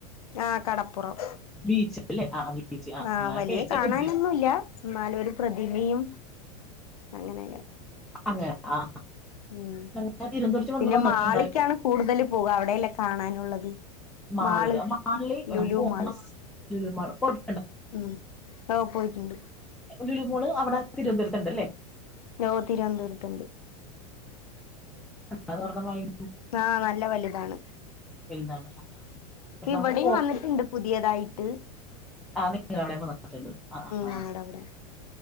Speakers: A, on the left (about 70°); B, in the centre.
A: ആ കടപ്പുറം
B: ബീച്ച് അല്ലേ ആ ബീച്ച്
A: ആ വലിയ
B: കേട്ടിട്ടുണ്ട്
A: കാണാനൊന്നുമില്ല എന്നാലു ഒരു പ്രതിമയും അങ്ങനെയാ
B: അതെ ആ
A: ഉം
B: ഞങ്ങൾ തിരുവനന്തപുരത്ത് വന്ന്
A: പിന്നെ
B: വന്നിട്ടുണ്ടായി
A: മാളിക്കാണ് കൂടുതൽ പോകുക അവിടെ അവിടെയല്ലേ കാണാനുള്ളത്
B: മാളില്
A: മാള്
B: മാളില് <unintelligible>
A: ലുലു മാള്
B: ലുലുമാള് പോയിട്
A: ഉം ഓ പോയിട്ടുണ്ട്
B: ലുലു മോള് അവിടെ തിരുവനന്തപുരത്തുണ്ടല്ലേ
A: നോ തിരുവനന്തപുരത്തുണ്ട്
B: അതൊരണ്ണം വാങ്ങി
A: ആഹ് നല്ല വലുതാണ്
B: വലുതാണ്
A: ഇപ്പ
B: പക്ഷെ നമുക്ക്
A: ഇവിടെയും വന്നിട്ടുണ്ട് പുതിയതായിട്ട് ഉ
B: ആഹ് നിങ്ങടെ അവിടേം വന്നിട്ടുണ്ട് ആ ആ
A: ഞങ്ങടെ അവിടെ